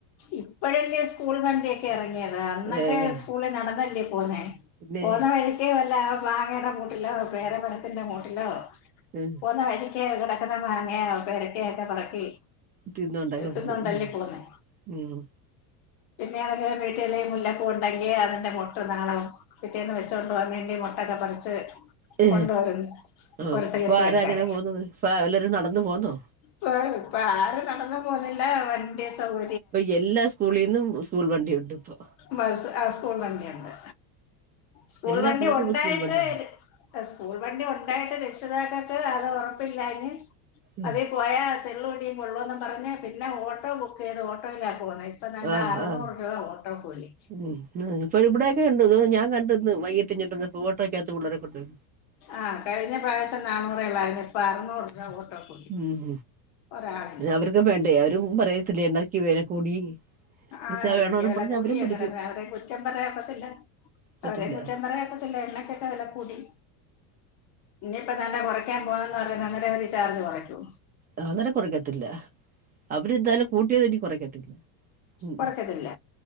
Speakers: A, on the left; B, on the right.
A: ഇപ്പോഴല്ലേ സ്കൂൾ വണ്ടിയൊക്കെ ഇറങ്ങിയത് അന്നൊ
B: ഏഹ്
A: സ്കൂളി നടന്നല്ലേ പോന്നേ
B: പിന്നെ
A: പോന്ന വഴിക്ക് വല്ല മാങ്ങയുടെ വല്ല പേരമരത്തിന്റെ മൂട്ടിലോ
B: ഉം
A: പോന്നവഴി ക്കേ കെടക്കുന്ന മാങ്ങയാ പേരക്കൊയോക്കെ പറുക്കി
B: തിന്നോണ്ടൊക്കെ
A: എത്തുന്നുണ്ടല്ലേ
B: പോവും
A: പോന്നേ
B: ഉം ഉം
A: പിന്നെ അതങ്ങരെ വീട്ടില മുല്ല പൂണ്ടെങ്കില് അത്‌ന്റെ മുട്ടും താളവം. പിറ്റേന്ന് വെച്ചോണ്ട് പോകാൻ വേണ്ടി മുട്ടൊക്കെ പറിച്ച്
B: <unintelligible>
A: കൊണ്ടുവരും
B: ആഹ്,
A: പൊറത്ത് കെട്ടി
B: പ്പൊ ആര
A: വെക്കാൻ
B: അങ്ങനെ പോകന്നത്. ഇപ്പ വല്ലരും നടന്നു പോന്നോ
A: പ്പ് ഇപ്പൊ ആരും നടന്നു പോകുന്നില്ല വണ്ടി സൗക
B: പ്പൊ എല്ലാ സ്കൂളിന്നും സ്കൂൾ വണ്ടി ഉണ്ട് പ്പൊ.
A: ബസ്സ് ആ സ്കൂൾ വണ്ടിയുണ്ട് സ്കൂൾ
B: എല്ലാ
A: വണ്ടി
B: പിള്ളേരും
A: ഉണ്ടായിട്ട്
B: സ്കൂൾ വണ്ടിയില്
A: സ്കൂൾ വണ്ടി ഉണ്ടായിട്ട് രക്ഷിതാക്കക്ക് അത് ഉറപ്പില്ലാഞ്
B: ഉം
A: പോയാ തെള്ളുടിയും കൊള്ളുംന്ന് പറഞ് പിന്നെ ഓട്ടോ ബുക്ക് ചെയ്ത് ഓട്ടോയിലാ പോവുന്നേ താണ്ട്
B: ആഹ്
A: അറുനുറ്
B: ആഹ്
A: രൂപ ഓട്ടോ കൂലി
B: ഉം ഇന്ന്പ്പോ ഇവിടെയെന്നെ ഉണ്ട് ഇത് ഞാൻകണ്ടിന്ന് വൈകീട്ട് ഇങ്ങോട്ട്‌ വന്നപ്പോ ഓട്ടോക്കകത്ത് പിള്ളെരെ കൊണ്ട് വ
A: ആഹ് കഴിഞ്ഞ പ്രാവശ്യം നാണൂറ ള്ളായിരുന്നു ഇപ്പൊ അറുന്നൂറ് രൂപ ഓട്ടോ കൂലി
B: ഉം
A: ഒരാളിന്
B: അവർക്ക് വേണ്ടേ അവരും പറയത്തില്ലേ എണ്ണക്ക് വേല കൂടി പൈസ
A: ആഹ് എണ്ണക്ക്‌
B: വേണോന്ന്
A: വേല
B: പറഞ്ഞ്
A: കൂട്ടിയന്നേരം
B: അവരും പിടിക്കും
A: അവരയും കുറ്റം പറയാനോക്കത്തില്ല
B: പറ്റില്ല
A: അവരേം കുറ്റം പറയാനോക്കത്തില്ല എണ്ണകേക്കെ വില കൂടി ഇനിയിപ്പൊ താണ്ടേ കുറയ്ക്കാൻ പോവാന്ന് പറയ്ന്ന് അന്നേരവര് ചാർജ് കുറയ്‌ക്കോ
B: അഹ് അന്നേരം കുറക്കത്തില്ല അവര്ന്തായാലും കൂട്ടിയതിനി കൊറക്കത്തില്ല ഉം
A: കൊറക്കത്തില്ല
B: ഉം